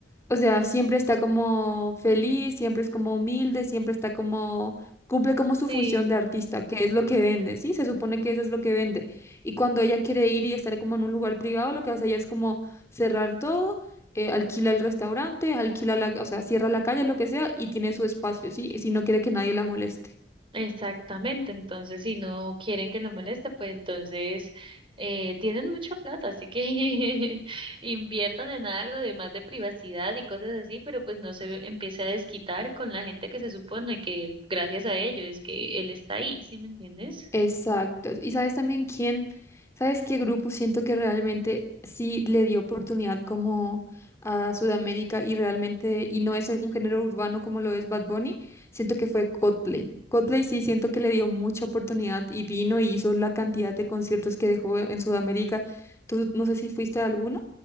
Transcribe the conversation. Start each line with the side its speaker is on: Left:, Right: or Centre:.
Left: O sea, siempre está como feliz, siempre es como humilde, siempre está como, cumple como su
Right: Sí,
Left: función de artista, que es lo que vende, ¿sí? Se supone que eso es lo que vende. Y cuando ella quiere ir y estar como en un lugar privado, lo que hace ella es como cerrar todo. eh, alquila el restaurante, alquila la, o sea, cierra la calle, lo que sea, y tiene su espacio, ¿sí? Si no quiere que nadie la moleste.
Right: exactamente, entonces si no quieren que lo moleste, pues entonces eh, tienen mucha plata, así que <laughs> inviertan en algo de más de privacidad y cosas así, pero pues no se empiece a desquitar con la gente que se supone que gracias a ello es que él está ahí, ¿sí me entiendes?
Left: Exacto. Y sabes también quién, sabes qué grupo siento que realmente sí le dio oportunidad como a Sudamérica y realmente, y no es un género urbano como lo es Bad Bunny, siento que fue Coldplay. Coldplay sí siento que le dio mucha oportunidad y vino y hizo la cantidad de conciertos que dejó en Sudamérica. Tú no sé si fuiste a alguno.